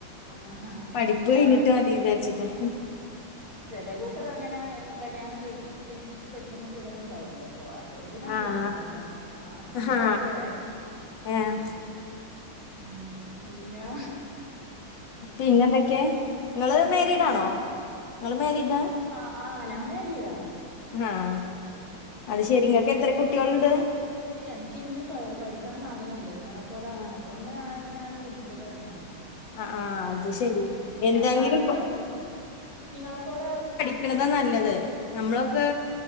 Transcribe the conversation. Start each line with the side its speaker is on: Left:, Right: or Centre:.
Right: ആഹാ
Left: പഠിപ്പ്
Right: എല്ലാ
Left: കയ്ഞ്ഞ്ട്ട് മതീചാര്ച്ച്ട്ടാ
Right: ചെലെ കൂട്ടർ അങ്ങനെ കല്യാണം കെഴി കെഴിച്ചിട്ട് പഠിക്ക്ന്ന പുള്ളേർണ്ടാവല്ലോ അപ്പൊ അതോണ്ട് ഞാൻ
Left: ആഹ്
Right: ചോദിച്ചതാട്ടെ ആഹ് ഒന്നും
Left: ഹാ
Right: വിചാരിക്കറേ
Left: ഏഹ്
Right: ആഹ് ഉം മിന്നാ
Left: പിന്നെന്തൊക്കെ ങ്ങള് മേരീഡാണോ
Right: ഏഹ്
Left: ങ്ങള് മേരീഡാ?
Right: ആഹ് ആഹ് ഞാൻമേരീടാ
Left: ആഹ് അത്ശെരി ങ്ങക്കെത്ര കുട്ട്യോള്ണ്ട്
Right: ഈ അൻക്ക് ഇനിയും പാ പഠിക്കണന്ന് ആഗ്രഹംണ്ട് നിങ്ങളെപ്പോലാ
Left: ആഹ്
Right: അതോണ്ട് ഞാ ഞാന് വിൾച്ചതാ നിങ്ങളാ
Left: ആഹ്
Right: ആഹ്
Left: അത് ശെരി
Right: ആഹ്
Left: എന്തെങ്കിലും
Right: ഞാനുംനിങ്ങളെ
Left: പ
Right: നിങ്ങളെപ്പോലെ
Left: ക്ക്ണതാ നല്ലത് ഞമ്മളൊക്കെ